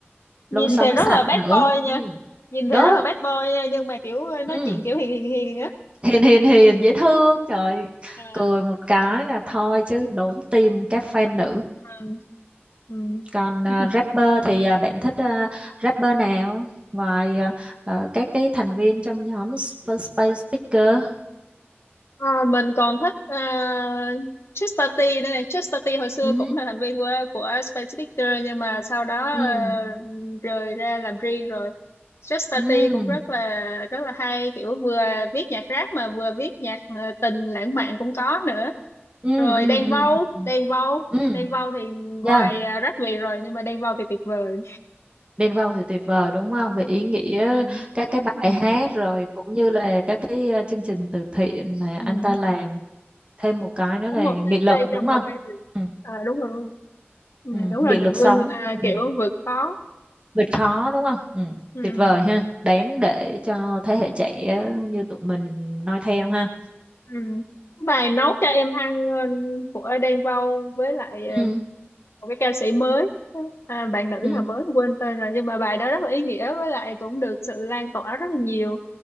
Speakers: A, on the left; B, on the right.
A: nhìn
B: lối sống
A: thì rất
B: sạch
A: là bad
B: nữa
A: boy
B: ừ.
A: nha nhìn
B: Đúng.
A: thì rất là bad boy nha nhưng mà kiểu ờ, nói
B: ừ
A: chuyện kiểu hiền hiền hiền á
B: Hiền hiền hiền dễ thương. Trời
A: Ờ,
B: cười một cái là thôi chứ đốn tim các fan nữ.
A: ờ, ừ
B: Còn
A: ừ
B: à, rapper thì à, bạn thích à, rapper nào? Ngoài à, à, các cái thành viên trong nhóm Sp- Space Speaker.
A: Ờ, mình còn thích uh, Chester T nữa này. Chester T hồi xưa
B: ừ
A: cũng là thành viên của của Space Victor nhưng mà sau đó
B: ừ
A: ờ, rời ra làm riêng rồi. Chester
B: Ừ.
A: T cũng rất là rất là hay kiểu vừa viết nhạc rap mà vừa viết nhạc ờ, tình lãng mạn cũng có nữa.
B: ừ
A: Rồi
B: ừ
A: Đen
B: ừ
A: Vâu, Đen Vâu,
B: Ừ, ừ.
A: Đen Vâu thì ngoài
B: yeah.
A: ờ, rap Việt rồi nhưng mà Đen Vâu thì tuyệt vời.
B: Bên Vâu thì tuyệt vời đúng không? Về ý nghĩa
A: Ừ.
B: các cái bài
A: Ừ.
B: hát rồi cũng như là các cái ờ, chương trình từ thiện mà
A: Ừ.
B: anh ta làm thêm một cái nữa
A: Có
B: là
A: một
B: nghị
A: cái
B: lực
A: cây
B: đúng
A: trong
B: không
A: một cái rừng.
B: ừ.
A: À, đúng rồi, đúng rồi. Ừ,
B: Ừ.
A: đúng
B: nghị
A: rồi được
B: lực
A: lưng
B: sống
A: à,
B: ừ.
A: kiểu vượt khó
B: vượt khó đúng không ừ.
A: ừ,
B: tuyệt vời ha đáng để cho thế hệ trẻ như tụi mình noi theo ha
A: ừ. bài nấu cho em ăn ừ, của Đen Vâu với lại
B: ừ.
A: ừ, một cái ca sĩ mới à, bạn nữ
B: Ừ.
A: nào mới quên tên rồi nhưng mà bài đó rất là ý nghĩa với lại cũng được sự lan tỏa rất là nhiều